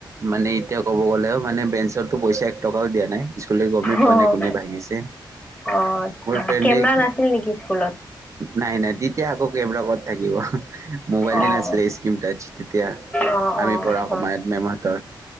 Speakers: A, on the right; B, on the left.
A: মানে এতিয়া ক'ব গ'লে মানে বেঞ্চৰটো পইচা এক টকাও দিয়া নাই। স্কুলে গমেই
B: অ',
A: পোৱা নাই কোনে ভাঙিছে,
B: অ', আচ্ছা
A: মোৰ ফ্ৰেণ্ডেই
B: কেমেৰা নাছিল নেকি স্কুলত?
A: নাই নাই তেতিয়া আকৌ কেমৰা কত থাকিব। মোবাইলেই
B: অ',
A: নাছিলে স্ক্ৰীম টাচ তেতিয়া
B: অ',
A: আমি
B: অ',
A: পঢ়া
B: হয়
A: সময়ত মেমহঁতৰ।